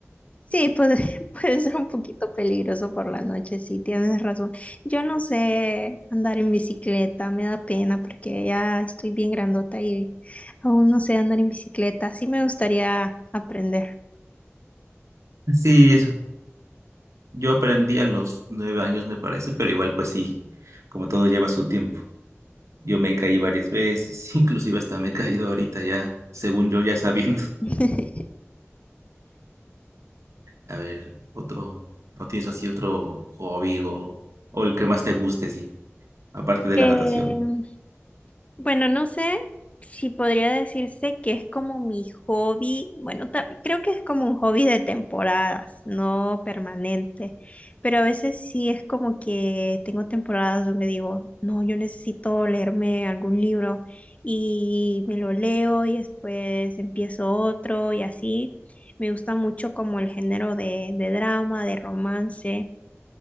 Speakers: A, on the left; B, on the right.
A: Sí, puede, <laughs> puede ser un poquito peligroso por la noche, sí, tienes razón. Yo no sé andar en bicicleta, me da pena porque ya estoy bien grandota y aún no sé andar en bicicleta. Sí me gustaría aprender.
B: Sí, Yo aprendí a los nueve años, me parece, pero igual pues sí, como todo lleva su tiempo. Yo me caí varias veces, <laughs> inclusive hasta me he caído ahorita ya, según yo ya sabiendo. <laughs>
A: <laughs>
B: A ver, otro, ¿no tienes así otro hobby o, o el que más te guste así, aparte de
A: Eh,
B: la natación?
A: Bueno, no sé si podría decirse que es como mi hobby, bueno, ta- creo que es como un hobby de temporadas, no permanente, pero a veces sí es como que tengo temporadas donde digo, no, yo necesito leerme algún libro y me lo leo y después empiezo otro y así. Me gusta mucho como el género de, de drama, de romance.